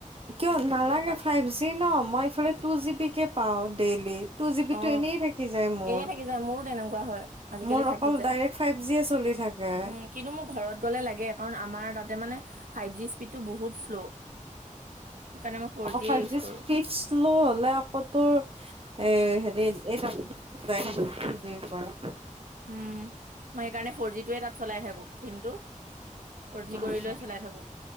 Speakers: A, on the right; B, on the right.
A: কিয়
B: আঠসত্তৰ
A: নালাগে
B: টকাকে
A: ফাইভ জি ন মই এইফালে টু জিবি কে পাওঁ ডেইলি। টু জি বি
B: অ
A: টো এনেই থাকি যায় মোৰ,
B: এনে থাকি যায় মোৰো তেনেকুৱা হয় আজিকালি
A: মোৰ
B: থাকি
A: অকল
B: যায়
A: ডাই্ ফাইভ জি এ চলি থাকে।
B: উম কিন্তু মোৰ ঘৰত গ'লে লাগে, কাৰণ আমাৰ তাতে মানে ফাইভ জি স্পীডতটো বহুত শ্ল'। সেইকাৰণে মই ফ'ৰ
A: অ'
B: জিয়ে
A: ফাইভ
B: ইউজ
A: জি
B: কৰোঁ
A: স্পীড শ্ল' হলে আকৌ তোৰ এ হেৰি, এই <unintelligible> যুজিৰ পৰা।
B: উম, মই সেইকাৰণে ফৰ জি টোয়ে তাত চলাই থাকো চিমটো। ফ'ৰ
A: নাই
B: জি কৰি লৈ
A: নাই।
B: চলাই থাকো,